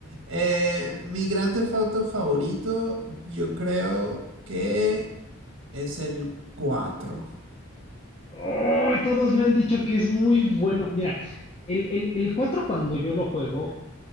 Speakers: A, on the right; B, on the left.
A: Eh, mi gran Theft Auto favorito, yo creo que Es el cuatro,
B: ¡Ay! todos me han dicho que es muy bueno. Mira, el, el, el 4 cuando yo lo juego,